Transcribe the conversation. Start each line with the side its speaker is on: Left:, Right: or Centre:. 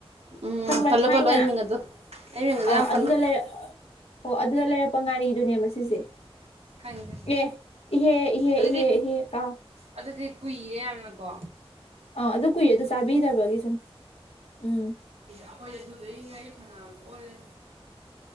Right: ꯎꯝ
Left: ꯈꯪꯕ꯭ꯔꯥ
Right: ꯄꯜꯂꯣ
Left: ꯊꯥꯏꯅ
Right: ꯄꯜꯂꯣ ꯑꯩ ꯃꯤꯡ ꯑꯗꯣ ꯑꯩ ꯃꯤꯡ ꯑꯗꯣ
Left: ꯑ
Right: ꯌꯥꯝ
Left: ꯑꯗꯨꯗ
Right: ꯄꯜꯂꯨ
Left: ꯂꯩꯔꯛ ꯑꯣ ꯑꯗꯨꯗ ꯂꯩꯔꯛꯄ ꯉꯥꯔꯤꯗꯨꯅꯦꯕ ꯁꯤꯁꯦ꯫
Right: ꯈꯪꯉꯦ
Left: ꯑꯦ ꯏꯍꯦ ꯏꯍꯦ
Right: ꯑꯗꯨꯗꯤ
Left: ꯏꯍꯦ ꯏꯍꯦ ꯀꯥꯎꯏ꯫
Right: ꯑꯗꯨꯗꯤ ꯀꯨꯏꯔꯦ ꯌꯥꯝꯅꯀꯣ꯫
Left: ꯑꯥ ꯑꯗꯨ ꯀꯨꯏꯌꯦ ꯑꯗꯨ ꯆꯥꯕꯤꯗꯕꯒꯤ ꯁꯨꯝ꯫ ꯎꯝ
Right: ꯑꯈꯣꯏ ꯑꯗꯨꯗꯩꯩ ꯉꯥꯔꯤ ꯐꯥꯅꯌꯥꯝ ꯑꯣꯜꯂ